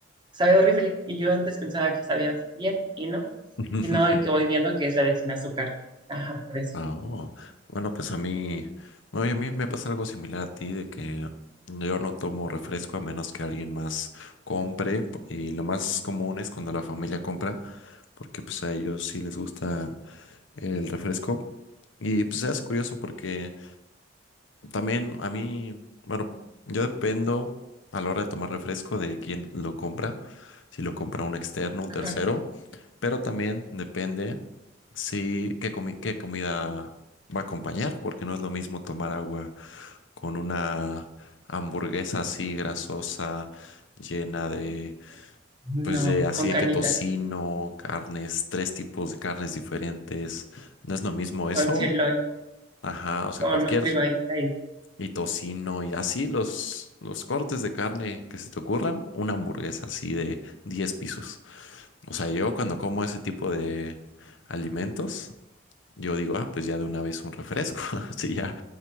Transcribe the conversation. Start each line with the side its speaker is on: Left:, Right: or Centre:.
Right: sabe horrible. Y yo antes pensaba que sabía bien y no,
Left: <laughs>
Right: y no, y que voy viendo que es la de sin azúcar. Ajá, por eso.
Left: Ah, oh. Bueno, pues a mí, no, y a mí me pasa algo similar a ti, de que yo no tomo refresco a menos que alguien más compre, po- y lo más común es cuando la familia compra, porque pues a ellos sí les gusta el refresco. Y pues es curioso porque también a mí, bueno, yo dependo a la hora de tomar refresco de quién lo compra, si lo compra un externo, un
Right: Ajá.
Left: tercero, pero también depende si qué comi- qué comida va a acompañar, porque no es lo mismo tomar agua con una hamburguesa así grasosa, llena de,
Right: No,
Left: pues de así
Right: con
Left: de
Right: carnita,
Left: que tocino, carnes, tres tipos de carnes diferentes. No es lo mismo eso.
Right: con sirloin,
Left: Ajá, o sea,
Right: con
Left: cualquier.
Right: un ribeye ahí.
Left: Y tocino y así los, los cortes de carne que se te ocurran, una hamburguesa así de 10 pisos. O sea, yo cuando como ese tipo de alimentos, yo digo, ah, pues ya de una vez un refresco. <laughs> Si ya,